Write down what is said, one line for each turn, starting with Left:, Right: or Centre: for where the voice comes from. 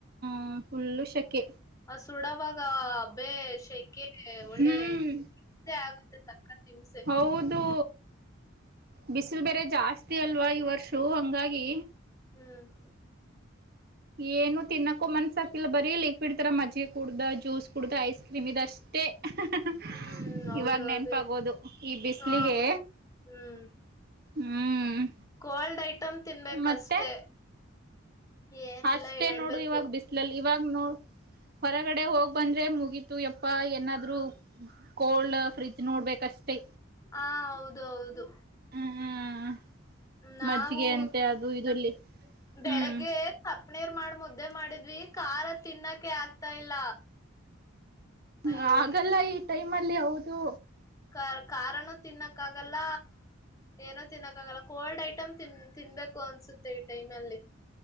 Right: ಹ್ಮ್ ಫುಲ್ಲು ಶಕೆ.
Left: ಅ ಸುಡವಗ ಬೇ ಶೆಕೆಗೆ ಒಳ್ಳೆ
Right: ಹ್ಮ್
Left: ಹಿಂಸೆ ಆಗುತ್ತೆ ಸಕ್ಕತ್ ಹಿಂಸೆ.
Right: ಹೌದು ಬಿಸಿಲು ಬೇರೆ ಜಾಸ್ತಿ ಅಲ್ವಾ ಈ ವರ್ಷು ಹಂಗಾಗಿ
Left: ಹ್ಮ್
Right: ಏನು ತಿನ್ನಕು ಮನ್ಸಾಕ್ತಿಲ್ಲ ಬರೀ ಲಿಕ್ವಿಡ್ ತರ ಮಜ್ಜೆ ಕುಡ್ದ ಜ್ಯೂಸ್ ಕುಡ್ದ ಐಸ್ ಕ್ರೀಮ್ ಇದಷ್ಟೇ. ಅಹ್ ಹ್ ಹ್
Left: ಹ್ಮ್ ಹೌದೌದೇ
Right: ಇವಾಗ ನೆನ್ಪಾಗೋದು ಈ ಬಿಸ್ಲಿಗೆ
Left: ಹ ಹ್ಮ್
Right: ಹ್ಮ್
Left: ಕೋಲ್ಡ್ ಐಟಮ್ ತಿನ್ಬೇಕಷ್ಟೆ
Right: ಮತ್ತೆ
Left: ಏನಿಲ್ಲ
Right: ಅಷ್ಟೇ
Left: ಹೇಳ್ಬೇಕು
Right: ನೋಡು ಇವಾಗ್ ಬಿಸ್ಲಲ್ ಇವಾ ನೋ ಹೊರಗಡೆ ಹೋಗ್ ಬಂದ್ರೆ ಮುಗೀತು ಯಪ್ಪಾ ಏನಾದ್ರು ಕೋಲ್ಡ್ ಫ್ರಿ ನೋಡ್ಬೇಕಷ್ಟೇ.
Left: ಆ ಹೌದು ಹೌದು
Right: ಹ್ಮ್ ಹ್ಮ್
Left: ನಾವು
Right: ಮಜ್ಜಿಗೆ ಅಂತೆ ಅದು ಇದಲ್ಲಿ
Left: ಬೆಳಗ್ಗೆ
Right: ಹ್ಮ್
Left: ಪ್ ನ್ನೀರ್ ಮಾಡ್ ಮುದ್ದೆ ಮಾಡಿದ್ವಿ ಖಾರ ತಿನ್ನಕೆ ಆಗ್ತಾ ಇಲ್ಲ. ಅಯ್ಯೋ
Right: ಹಾಗಲ್ಲ ಈ ಟೈಮ್ ಅಲ್ಲಿ ಅವ್ ಇದು
Left: ಕರ್ ಕಾರನು ತಿನ್ನಕ್ ಆಗಲ್ಲ ಏನೋ ತಿನ್ನಕ್ ಆಗಲ್ಲ ಕೋಲ್ಡ್ ಐಟಮ್ ತಿನ್ ತಿನ್ಬೇಕು ಅನ್ಸುತ್ತೆ ಈ ಟೈಮ್ ಅಲ್ಲಿ.